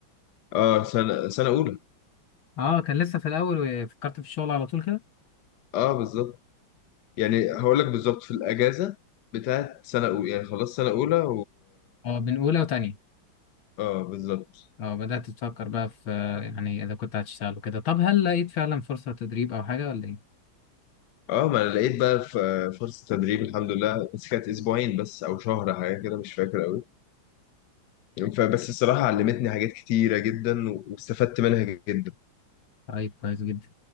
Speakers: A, on the left (about 65°); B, on the left (about 85°).
A: آه، سنة سنة أولى
B: اه كان لسه في الاول وفكرت في الشغل على طول كده
A: آه بالظبط يعني هقول لك بالظبط في الأجازة بتاعت سنة أولى يعني خلاص سنة أولى
B: اه بين اولى وتانية
A: اه بالظبط
B: اه بدات تفكر بقى في آه، يعني اذا كنت هتشتغل وكده طب هل لقيت فعلا فرصه تدريب او حاجه ولا ايه
A: اه ما انا لقيت بقى ف- فرصة تدريب الحمد لله بس كانت اسبوعين بس او شهر حاجة كده مش فاكر قوي فبس الصراحة علمتني حاجات كتيرة جدا واستفدت منها جدا
B: طيب كويس جدا